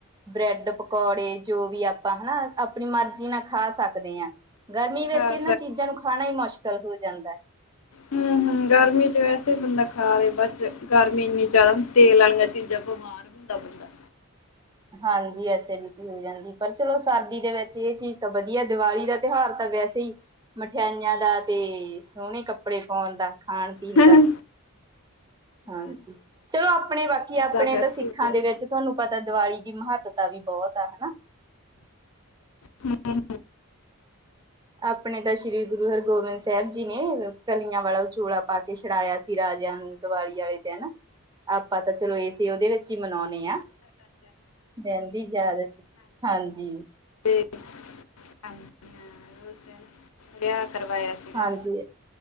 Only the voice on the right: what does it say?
ਬ੍ਰੈਡ ਪਕੌੜੇ, ਜੋ ਵੀ ਆਪਾਂ ਹਨਾ, ਆਪਣੀ ਮਰਜੀ ਨਾਲ ਖਾ ਸਕਦੇ ਹਾਂ। ਗਰਮੀ ਵਿੱਚ,
ਇਹਨਾਂ ਚੀਜ਼ਾਂ ਨੂੰ, ਖਾਣਾ ਹੀ ਮੁਸ਼ਕਿਲ ਹੋ ਜਾਂਦਾ ਏ।
ਹਾਂਜੀ। ਐਸੀਡਿਟੀ ਹੋ ਜਾਂਦੀ, ਪਰ ਚਲੋ ਸਰਦੀ ਦੇ ਵਿੱਚ, ਇਹ ਚੀਜ਼ ਤਾਂ ਵਧੀਆ। ਦੀਵਾਲੀ ਦਾ, ਤਿਉਹਾਰ ਤਾਂ ਵੈਸੇ ਹੀ ਮਠਿਆਈਆਂ ਦਾ ਤੇ, ਸੋਹਣੇ ਕੱਪੜੇ ਪਾਉਣ ਦਾ। ਖਾਣ ਪੀਣ
ਦਾ
ਹਾਂਜੀ। ਚਲੋ ਆਪਣੇ ਬਾਕੀ, ਆਪਣੇ
ਤਾਂ ਸਿੱਖਾਂ ਦੇ ਵਿੱਚ। ਤੁਹਾਨੂੰ ਪਤਾ, ਦੀਵਾਲੀ ਦੀ, ਮਹੱਤਤਾ ਵੀ ਬਹੁਤ ਆ। ਹਨਾ।
ਆਪਣੇ ਤਾਂ, ਸ੍ਰੀ ਗੁਰੂ ਹਰਗੋਬਿੰਦ ਸਾਹਿਬ ਜੀ, ਨੇ ਕਲੀਆਂ ਵਾਲਾ ਚੋਲਾ, ਪਾ ਕੇ ਛਡਾਇਆ ਸੀ। ਰਾਜਿਆਂ ਨੂੰ। ਦੁਬਾਲੀ ਵਾਲੇ ਦਿਨ, ਆਪਾਂ ਤਾਂ ਚਲੋ ਇਸ ਤੇ ਉਹਦੇ ਵਿੱਚ ਹੀ, ਮਨਾਉਣੇ ਆ। ਦਿਨ ਦੀਾਦਤ ਹਾਂਜੀ।
ਹਾਂਜੀ।